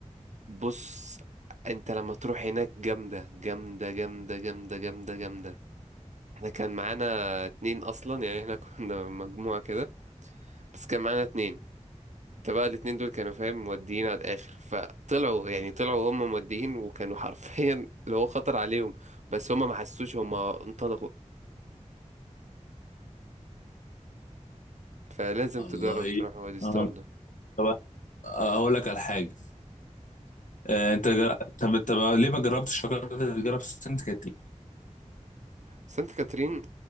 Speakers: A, on the right; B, on the left.
A: بص انت لما تروح هناك جامدة جامدة جامدة جامدة جامدة جامدة احنا كان معانا اتنين اصلا يعني احنا <laughs> كنا مجموعة كده بس كان معانا اتنين انت بقى الاتنين دول كانوا فاهم موديين على الاخر فطلعوا يعني طلعوا هم موديين وكانوا <laughs> حرفيا اللي هو خطر عليهم بس هم ما حسوش هم انطلقوا فلازم
B: والله
A: تجرب تروح وادي ستار
B: اه
A: ده
B: طب آه، هقول لك على حاجه آه، انت جر... طب طب ليه ما جربتش فكرت تجرب سانت كاترين
A: سانت كاترين